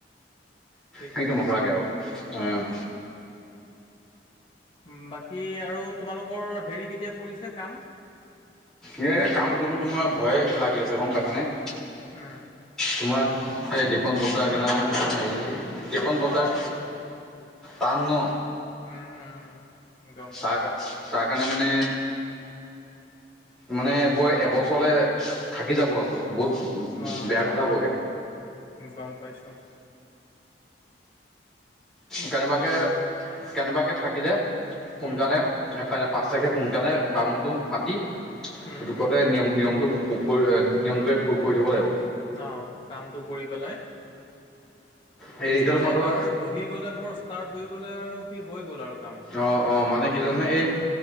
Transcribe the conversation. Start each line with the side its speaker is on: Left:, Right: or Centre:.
Left: ঠিকে
Centre: কি তোমাক
Left: আছে।
Centre: লাগে আৰু উম,
Left: উম বাকী আৰু তোমালোকৰ হেৰি কেতিয়া পৰিছে কাম-
Centre: এই কামটোতো তোমাৰ ভয়ে লাগি আছে গম পাইছানে-
Left: অ।
Centre: তোমাৰ সেই ডিকম পঠোৱা কেনে হেৰি ডিকম বৰ্তাৰ
Left: অ
Centre: টান ন।
Left: উম' উম। গম
Centre: চা
Left: পাইছো
Centre: তাৰ কাৰণে মানে মানে বৰ এবছৰলে থাকি যাব আকৌ বহুত
Left: অঁ
Centre: বেয়া কথা হ'বগৈ
Left: গম পাইছোঁ। কি
Centre: কেনেবাকে
Left: ক'বা আৰু
Centre: কেনেবাকে থাকিলে সোনকালে
Left: উম
Centre: পাঁচ তাৰিখে সোনকালে বামুণটো মাতি,
Left: উম
Centre: পুটুকতে
Left: উম
Centre: নিয়ম নিয়মটো ক ক কৰি নিয়মটোকে কৰি থব লাগিব।
Left: অ কামটো কৰি পেলাই
Centre: হেৰি এতিয়াতো
Left: আৰু
Centre: মই
Left: এবাৰ
Centre: ধৰ
Left: ব সি গ'লে ধৰ ষ্টাৰ্ট হৈ গ'লে আৰু সি হৈ গ'ল আৰু কাম।
Centre: অ, অ মানে কি জাননে এই